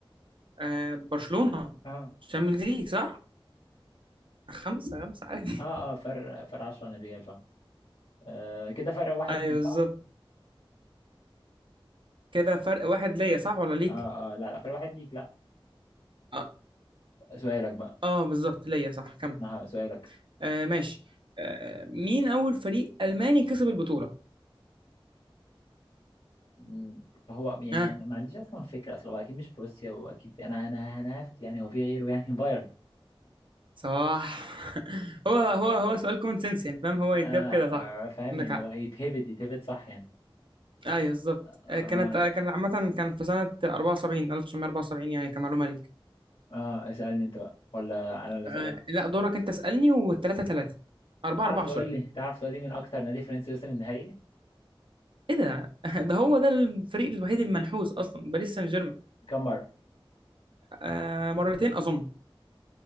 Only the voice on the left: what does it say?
اه
اه اه فرق فرق 10 عن الريال فاهم آه كده فرق واحد
ليك
صح؟
اه اه لا لا فرق واحد ليك لا
سؤالك بقى
انا ه- سؤالك
مم، هو يعني
يعني ما عنديش اصلا فكرة اصلا هو اكيد مش بروسيا واكيد انا انا انا هفت يعني هو في غيره يعني <laughs> بايرن
آه
آه، فاهم
يعني
هو يتهبد يتهبد صح يعني
اه
اه اسألني انت بقى ولا انا اللي اسألك
تعرف
تقول
لي تعرف تقول لي مين اكتر نادي فرنسي وصل النهائي؟
كم مرة؟